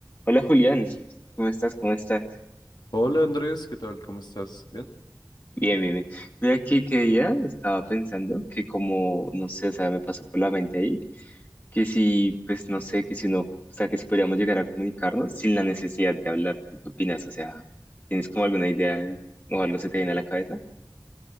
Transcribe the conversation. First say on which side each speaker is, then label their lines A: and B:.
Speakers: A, on the left (about 25°); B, on the left (about 70°).
A: Hola Julián, ¿cómo estás? ¿Cómo estás?
B: Hola Andrés, ¿qué tal? ¿Cómo estás? ¿Bien?
A: Bien, bien, bien. Mira aquí que día estaba pensando que como, no sé, o sea, me pasó por la mente ahí, que si, pues no sé, que si no, o sea, que si podríamos llegar a comunicarnos sin la necesidad de hablar, ¿tú qué opinas? O sea, ¿tienes como alguna idea o algo se te viene a la cabeza?